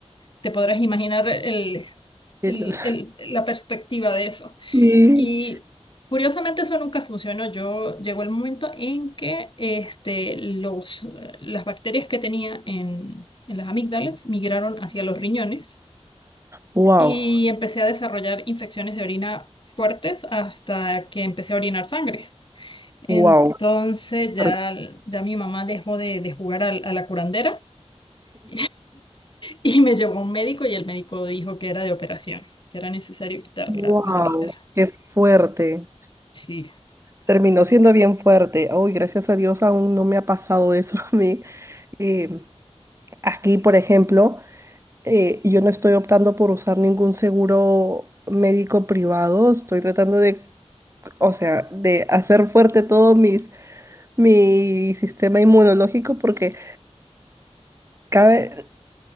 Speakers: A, on the left; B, on the right.
A: te podrás imaginar el-
B: El-
A: el- el- la perspectiva de eso.
B: <laughs> Sí.
A: Y curiosamente eso nunca funcionó. Yo llegó el momento en que este, los, las bacterias que tenía en, en las amígdalas migraron hacia los riñones
B: Wow,
A: y empecé a desarrollar infecciones de orina fuertes hasta que empecé a orinar sangre. Entonces
B: wow,
A: ya,
B: <laughs>
A: ya mi mamá dejó de, de jugar al- a la curandera <laughs> Y me llevó un médico y el médico dijo que era de operación, que era necesario quitar
B: wow,
A: la- las amígdalas.
B: qué fuerte.
A: Sí.
B: Terminó siendo bien fuerte. Uy, gracias a Dios aún no me ha pasado eso a mí. Eh, aquí, por ejemplo, eh, yo no estoy optando por usar ningún seguro médico privado, estoy tratando de, o sea, de hacer fuerte todo mis, mi sistema inmunológico porque cabe,